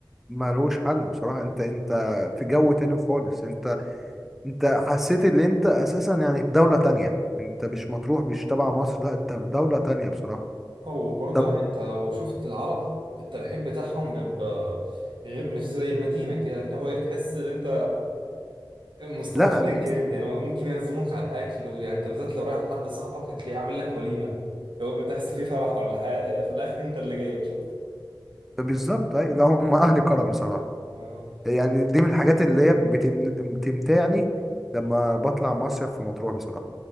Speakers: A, in the centre; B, on the right.
A: ملوش حل بصراحه انت انت في جو تاني خالص انت انت حسيت ان انت اساسا يعني في دولة تانية انت مش مطروح مش تبع مصر لا انت في دولة تانية بصراحة
B: وبرضه
A: طب
B: يعني انت لو شفت العرب الترحيب بتاعهم بيبقى غير مش زي المدينه كده اللي هو ايه تحس ان انت مستضيفينك
A: لا ب...
B: جامد يعني هو ممكن يعزموك على الاكل ويعني انت بالذات لو رايح لحد صاحبك هتلاقيه عامل لك وليمه لو بتحس فيه فرح ولا حاجه آه، في الاخر انت اللي جاي مش اكتر
A: بالظبط اي لا هم اهل كرم بصراحة
B: آه.
A: يعني دي من الحاجات اللي هي بتم... بتمتعني لما بطلع مصيف في مطروح بصراحة